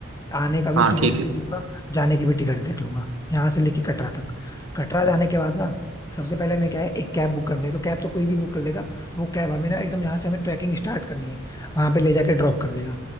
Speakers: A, on the left (about 15°); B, on the right (about 75°).
A: आने का भी
B: हाँ
A: टिकट
B: ठीक है
A: देख लूंगा जाने की भी टिकट देख लूंगा यहाँ से लेके कटरा तक कटरा जाने के बाद ना सबसे पहले हमें क्या है एक कैब बुक करनी है तो कैब तो कोई भी बुक कर लेगा वो कैब हमें ना एकदम जहाँ से हमें ट्रैकिंग स्टार्ट करनी है वहां पे ले जाके ड्रॉप कर देगा